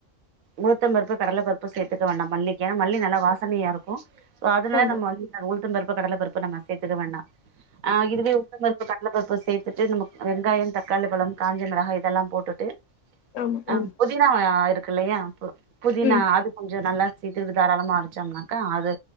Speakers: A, on the right; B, on the left.
A: உழுத்தம் பருப்பு கடல பருப்பு சேத்துக்க வேண்டா மல்லிக்கு ஏன்னா மல்லி நல்லா வாசனையா இருக்கு சோ அதனால
B: ஆமா
A: நம்ம வந்து உளுத்தம்பருப்பு கடல பருப்பு நம்ம சேத்துக்க வேண்டா ஆ இதுவே உளுத்தம்பருப்பு கட ள்ளப்பருப்பு சேத்துட்டு நம வெங்காயம் தக்காளி பழம் காஞ்ச மிளகாய் இதெல்லா போட்டுட்டு
B: ஆமா
A: அம்
B: ஆ ம்
A: புதினா இருக்குல்லியா புதினா
B: ம்
A: அது கொஞ்சோ நல்லா சீத்து இது தாராளமா அரச்சம்னாக்கா அது